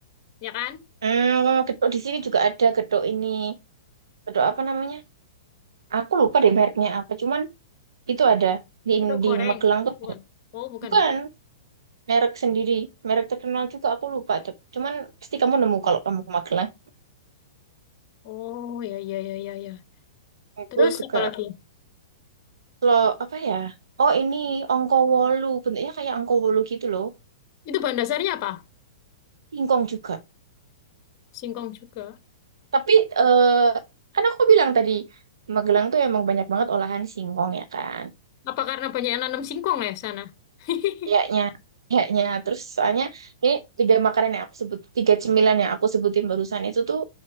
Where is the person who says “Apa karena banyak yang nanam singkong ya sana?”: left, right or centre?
Left